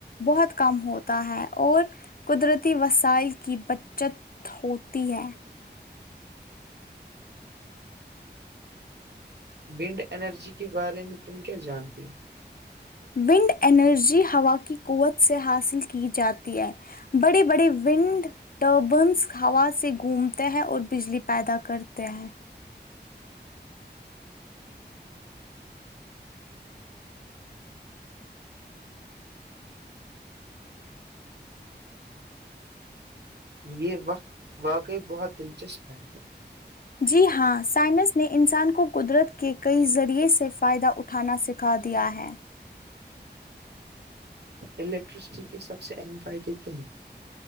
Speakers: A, on the left; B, on the right.
A: بہت کم ہوتا ہے اور قدرتی وسائل کی بچت ہوتی ہے
B: ونڈ ارجی کے بارے میں تم کیا جانتی ہو
A: ونڈ انرجی ہوا کی قوت سے حاصل کی جاتی ہے بڑے بڑے ونڈ ٹربنس ہوا سے گھومتے ہیں اور اور بجلی پیدا کرتے ہیں
B: یہ وقت واقعی بہت دلچسپ ہے
A: جی ہاں سائنس نے انسان کو قدرت کے کئی ذریعے سے فائدہ اٹھ ا کھانا سکھا دیا ہے
B: الیکٹریسٹی کے سب سے اہم فائدے کیا ہیں